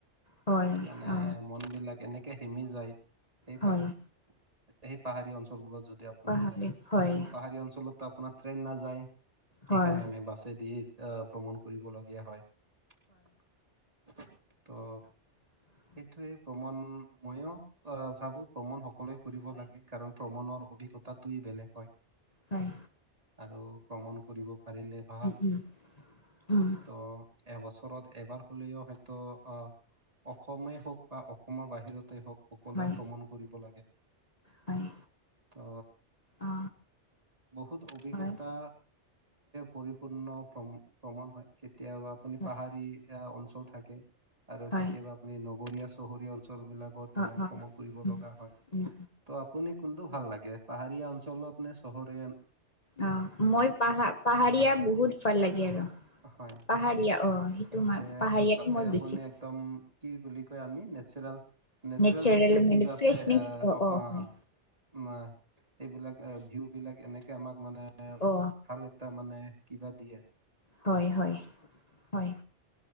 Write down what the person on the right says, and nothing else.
মানে
মন বিলাক এনেকে সেমি যায় সেই
পা- সেই পাহাৰী অঞ্চলবোৰত যদি আপুনি
যায়
কিন্তু পাহাৰী অঞ্চলত আপোনাৰ ট্ৰেইন নাযায়
সেইকাৰণে আমি বাছে দি ভ্ৰমণ কৰিবলগীয়া হয় ত
সেইটোয়ে ভ্ৰমণ ময়ো আহ ভাবো ভ্ৰমণ সকলোৱে কৰিব
লাগে কাৰণ ভ্ৰমণৰ অ সেই কথাটোৱে বেলেগ হয়।
আৰু ভ্ৰমণ কৰিব পাৰিলে ভাল।
ত এবছৰত এবাৰ হ'লেও হয়তো আহ অসমেই হওক বা অসমৰ বাহিৰতে হওক সকলোৱে
ভ্ৰমণ কৰিব লাগে।
অ।
বহুত অভিজ্ঞতা
পৰিপূৰ্ণ ভ্ৰমণ হয় কেতিয়াবা আপুনি
পাহাৰী সেয়া। <unintelligible> থাকে আৰু
কেতিয়াবা আপুনি নগৰীয়া চহৰীয়া অঞ্চল বিলাকত মানে
ভ্ৰমণ কৰিবলগীয়া
হয়
ত ' আপুনি কোনটো ভাল লাগে পাহাৰীয়া অঞ্চলত নে চহৰীয়াল?
ভাল হয়
হয়
তাতে
তাতে
আপুনি
একদম কি বুলি কয় আমি নেচাৰাল-নেচাৰেল
যিটো
কিব আছে
এ, অ, আ
মাহ সেইবিলাক এ ভিউ বিলাক এনেকে আমাক মানে
ভাল এটা মানে কিবা দিয়ে।